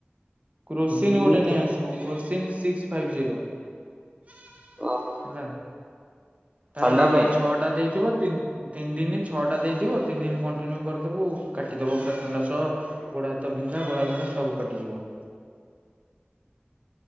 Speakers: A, on the right (about 35°); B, on the right (about 20°).
A: କ୍ରୋସିନ୍
B: ହୁଁ
A: ଗୋଟେ ନେଇ
B: ଦେ-
A: ଆସିବୁ କ୍ରୋସିନ୍ ସିକ୍ସ ଫାଇପ୍ ଜିରୋ। ହେଲା
B: ଓହୋ
A: ତାର
B: ଥଣ୍ଡା ପାଇଁ
A: ଛଅ ତା ଦେଇଥିବ ତିନ୍ ତିିନ ଦିନି ଛଅଟା ଦେଇ ଥିବ ତିନି ଦିନ କଣ୍ଟିନ୍ୟୁ କରିଦବୁ କାଟିଦବ ପୁରା ଥଣ୍ଡା ସହ ଗୋଡ଼ ହାତ ବିନ୍ଧା ଘୋଳା ବିନ୍ଧା ସବୁ କାଟିଯିବ।